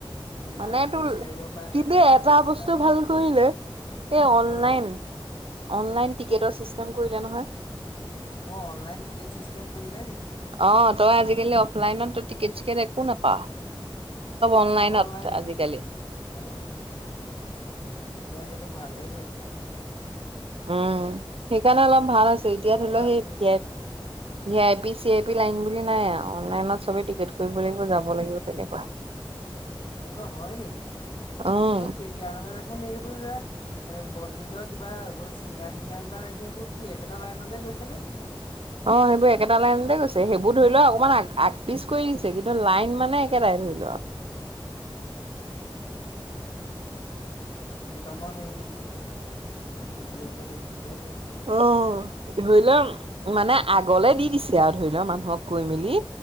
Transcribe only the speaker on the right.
মানে তোৰ
কিন্তু
এটা
বস্তু
ভাল কৰিলে এই অনলাইন
অনলাইন টিকেটৰ চিষ্টেম কৰিলে নহয়
অ তই আজিকালি অফলাইনত টিকেট চিকেট একো নাপাৱ
অনলাইনত
আজিকালি
উম সেইকাৰণে অলপ ভাল হৈছে
এতিয়া
ধৰি লও
সেই
B V I P C I P লন নলাইনত কলৈকো যাব লাগিব তেনেকুৱা
উম
অ সেইবোৰ একেটা লাইনতে গৈছে সেইবোৰ ধৰি লও অকনমান আ আগ পিচ কৰি দিছে কিন্তু লাইন মানে একেটাই ল
অ ধৰি লও মানে আগলে দি দিছে আৰু ধৰি লও মানুহক কৈ মেলি